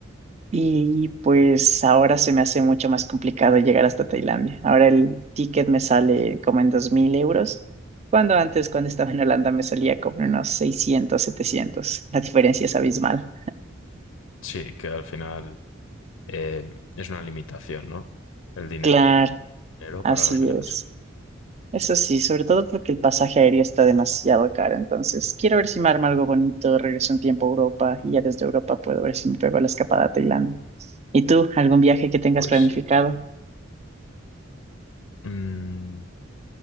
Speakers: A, on the right; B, on the left.
A: y pues ahora se me hace mucho más complicado llegar hasta Tailandia. Ahora el ticket me sale como en 2.000 euros, cuando antes, cuando estaba en Holanda, me salía como en unos 600 700. La diferencia es abismal.
B: Sí, que al final eh, es una limitación, ¿no? El dinero.
A: Claro,
B: dinero
A: así
B: para los viajes?
A: es. Eso sí, sobre todo porque el pasaje aéreo está demasiado caro. Entonces, quiero ver si me arma algo bonito, regreso un tiempo a Europa y ya desde Europa puedo ver si me pego la escapada a Tailandia. ¿Y tú, algún viaje que tengas
B: Pues
A: planificado?
B: eh, mm,